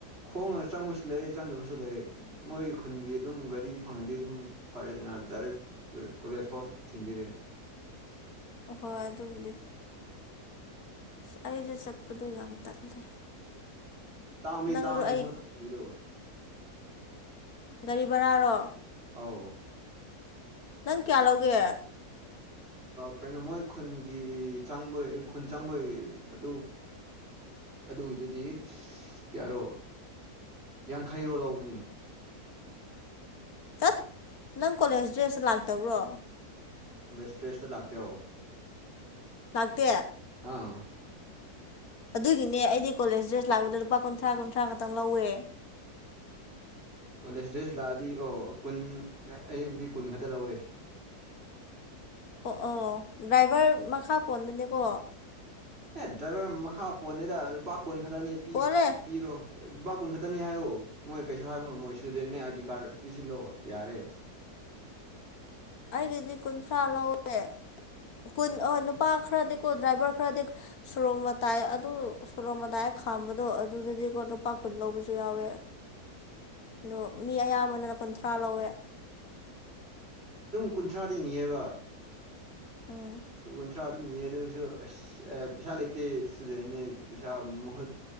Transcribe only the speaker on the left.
ꯍꯣꯏ ꯑꯗꯨꯕꯨꯗꯤ ꯑ ꯑꯩꯁꯨꯦ ꯆꯠꯄꯗꯣ ꯌꯥꯝ ꯇꯜꯂꯦ
ꯅꯪꯁꯨ
ꯑꯩ
ꯒꯥꯔꯤ ꯕꯔꯥꯔꯣ
ꯅꯪ ꯀꯌꯥꯂꯒ
ꯆꯠ ꯅꯪ ꯀꯣꯂꯦꯖ ꯗ꯭ꯔꯦꯁꯇ ꯂꯥꯛꯇꯕ꯭ꯔꯣ
ꯂꯥꯛꯇꯦ
ꯑꯗꯨꯒꯤꯅꯦ ꯑꯩꯗꯤ ꯀꯣꯂꯦꯖ ꯗ꯭ꯔꯦꯁ ꯂꯥꯛꯄꯗ ꯂꯨꯄꯥ ꯀꯨꯟꯊ꯭ꯔꯥ ꯀꯨꯟꯊ꯭ꯔꯥ ꯈꯛꯇꯪ ꯂꯧꯋꯦ
ꯑꯣ ꯑꯣ ꯗ꯭ꯔꯥꯏꯚꯔ ꯃꯈꯥ ꯄꯣꯟꯕꯅꯦꯀꯣ
ꯄꯣꯜꯂꯦ
ꯑꯩꯒꯤꯗꯤ ꯀꯨꯟꯊ꯭ꯔꯥ ꯂꯧꯋꯦ ꯀꯨꯟ ꯑꯣ ꯅꯨꯄꯥ ꯈꯔꯗꯤꯀꯣ ꯗ꯭ꯔꯥꯏꯚꯔ ꯈꯔꯗꯤ ꯁꯣꯔꯣꯛ ꯃꯇꯥꯏ ꯑꯗꯨ ꯁꯣꯔꯣꯛ ꯃꯇꯥꯏ ꯈꯥꯝꯕꯗꯣ ꯑꯗꯨꯗꯗꯤꯀꯣ ꯂꯨꯄꯥ ꯀꯨꯟ ꯂꯧꯕꯁꯨ ꯌꯥꯎꯋꯦ ꯑꯗꯣ ꯃꯤ ꯑꯌꯥꯝꯕꯅꯅ ꯀꯨꯟꯊ꯭ꯔꯥ ꯂꯧꯋꯦ
ꯎꯝ